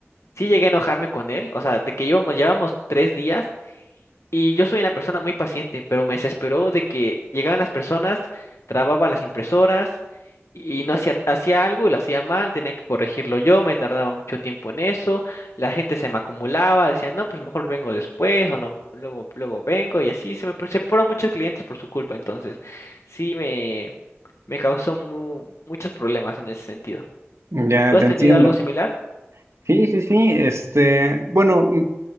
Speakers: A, on the left; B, on the right.
A: sí llegué a enojarme con él, o sea, de que íbamos, llevamos tres días y yo soy una persona muy paciente, pero me desesperó de que llegaban las personas, trababa las impresoras y no hacía, hacía algo y lo hacía mal, tenía que corregirlo yo, me tardaba mucho tiempo en eso, la gente se me acumulaba, decían, no, pues mejor vengo después o no, luego, luego vengo y así se me se fueron muchos clientes por su culpa, entonces sí me, me causó mu- muchos problemas en ese sentido.
B: Ya
A: ¿Tú has
B: te
A: tenido
B: entiendo.
A: algo similar?
B: Sí, sí, sí. Este, bueno, m-